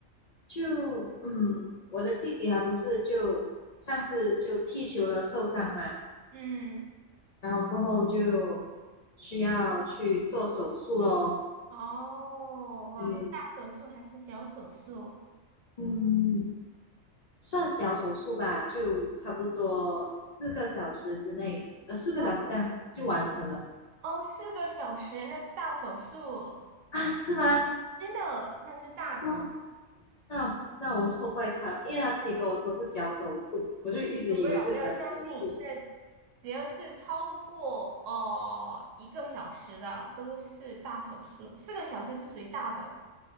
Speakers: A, on the left (about 85°); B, on the right (about 80°).
A: 就嗯，我的弟弟还不是就上次就踢球了受伤嘛，
B: 嗯，
A: 然后过后就需要去做手术咯。
B: 哦，哇，
A: 对，
B: 是大手术还是小手术？
A: 嗯，算小手术吧，就差不多四个小时之内，呃，四个小时这样就完成了
B: 哇哦，四个小时，那是大手术，
A: 啊？是吗？
B: 真的，那是大的，
A: 哦。那那我错怪他了，因为他自己跟我说是小手术，我就一直以为是小手术。
B: 我不要不要相信。那只要是超过哦一个小时的都是大手术，四个小时是属于大的。